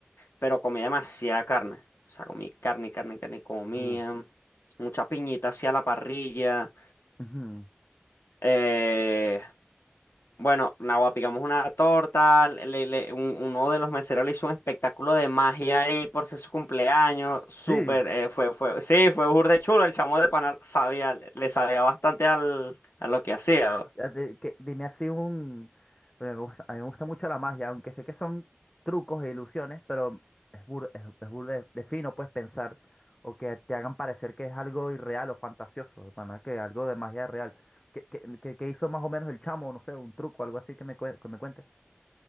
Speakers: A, on the left; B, on the left.
A: pero comí demasiada carne. O sea, comí carne, carne, carne, comía.
B: Uf.
A: Mucha piñita hacia la parrilla.
B: Ujú.
A: Eh, bueno, nada, picamos una torta. le- le- un- uno de los meseros le hizo un espectáculo de magia ahí por ser su cumpleaños. Súper,
B: Sí,
A: eh, fue, fue, sí, fue burde chulo. El chamo de panal sabía, le, le sabía bastante al, a lo que hacía. ¿no?
B: ya te- que- dime así un... bueno, me gusta- a mí me gusta mucho la magia, aunque sé que son trucos e ilusiones, pero es bur, es, es burda de, de fino, puedes pensar o que te hagan parecer que es algo irreal o fantasioso, de pana, que algo de magia real. ¿Qué, qué- qué- qué hizo más o menos el chamo? No sé, un truco, algo así que me, cue- que me cuentes.